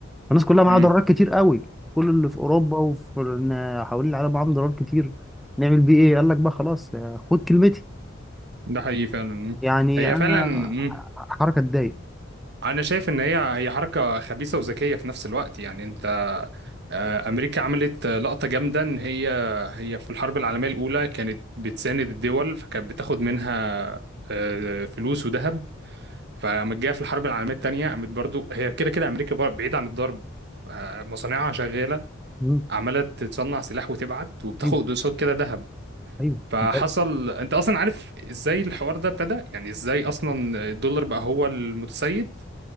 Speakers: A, in the centre; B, on the right.
A: الناس كلها معاها
B: مم.
A: دولارات كتير قوي كل اللي في اوروبا وفي ال- حوالين العالم معاهم دولارات كتير نعمل بيه ايه قال لك بقى خلاص آه، خد كلمتي
B: ده حقيقي فعلا مم.
A: يعني
B: هي
A: انا
B: فعلا مم.
A: حركه تضايق
B: انا شايف ان هي هي حركه خبيثه وذكيه في نفس الوقت يعني انت آه، امريكا عملت آه، لقطه جامده ان هي هي في الحرب العالميه الاولى كانت بتساند الدول فكانت بتاخد منها آه، فلوس وذهب فقامت جايه في الحرب العالميه الثانيه قامت برضو هي كده كده امريكا بر- بعيد عن الضرب آه، مصانعها شغاله
A: مم.
B: عماله تصنع سلاح وتبعت وبتاخد
A: ايوه
B: قصاد كده ذهب
A: ايوه
B: فحصل
A: ده-
B: انت اصلا عارف ازاي الحوار ده ابتدى يعني ازاي اصلا الدولار بقى هو المتسيد